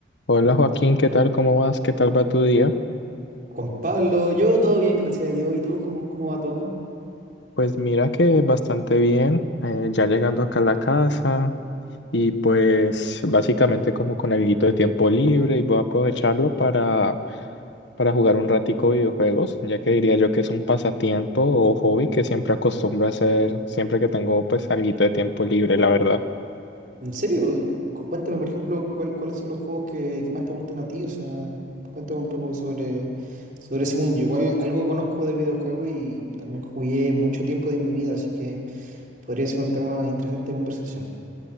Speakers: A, on the left; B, on the right.
A: Hola Joaquín, ¿qué tal? ¿Cómo vas? ¿Qué tal va tu día?
B: Juan Pablo, yo todo bien, gracias a Dios. ¿Y tú cómo, cómo va todo?
A: Pues mira que bastante bien, eh, ya llegando acá a la casa y pues básicamente como con alguito de tiempo libre y voy a aprovecharlo para, para jugar un ratico videojuegos, ya que diría yo que es un pasatiempo o hobby que siempre acostumbro a hacer siempre que tengo pues alguito de tiempo libre, la verdad.
B: ¿En serio? Y cu- cu- cuéntame, por ejemplo, cuál- cuáles son los juegos que, que más te gustan a ti. O sea, cuéntame un poco sobre, sobre ese mundo. Yo Igual algo conozco de videojuegos y también jugué mucho tiempo de mi vida, así que podría ser un tema interesante de conversación.